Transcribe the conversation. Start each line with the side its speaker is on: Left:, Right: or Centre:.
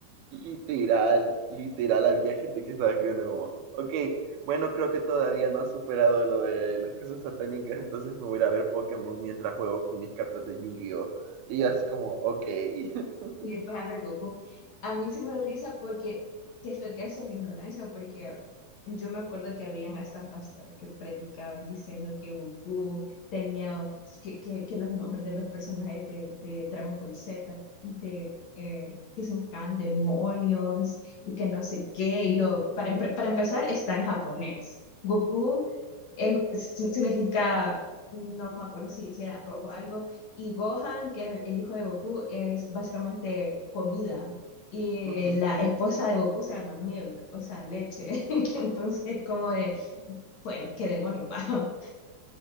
Right: Literal, literal, había gente que estaba escribiendo como, ok, bueno, creo que todavía no ha superado lo de las cosas satánicas, entonces me voy a ir a ver Pokémon mientras juego con mis cartas de Yu-Gi-Oh! Y yo así como, ok. <laughs>
Left: Y después abre Goku. A mí se me da risa porque, ¿qué es lo que hace la ignorancia? Porque yo me acuerdo que habían hasta pastores que predicaban diciendo que Goku tenía, que, que, que los nombres de los personajes de, de Dragon Ball Z, de, eh, que se llaman demonios y que no sé qué. Y Yo, para, empe- para empezar, está en japonés. Goku es- significa, no me acuerdo si, si era rojo o algo y Gohan, que era el hijo de Goku, es básicamente comida. Y
Right: Ujú.
Left: la esposa de Goku se llama Milk, o sea, leche. <laughs> Entonces, como de, bueno, qué demonio, va. <laughs>